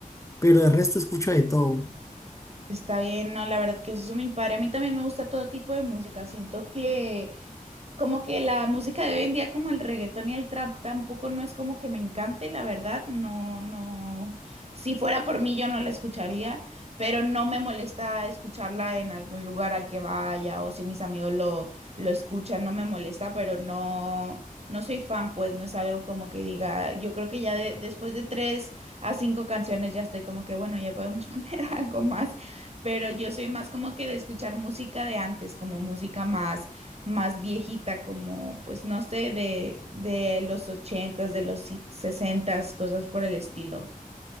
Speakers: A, on the left; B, on the right.
A: pero el resto escucho de todo.
B: Está bien, no, la verdad que eso es mi padre. A mí también me gusta todo tipo de música. Siento que como que la música de hoy en día, como el reggaetón y el trap, tampoco no es como que me encante, la verdad, no, no, si fuera por mí yo no la escucharía, pero no me molesta escucharla en algún lugar al que vaya o si mis amigos lo, lo escuchan, no me molesta, pero no, no soy fan, pues no es algo como que diga, yo creo que ya de- después de tres a cinco canciones ya estoy como que, bueno, ya podemos <laughs> poner algo más, pero yo soy más como que de escuchar música de antes, como música más más viejita, como pues no sé, de, de los ochentas, de los si- sesentas, cosas por el estilo.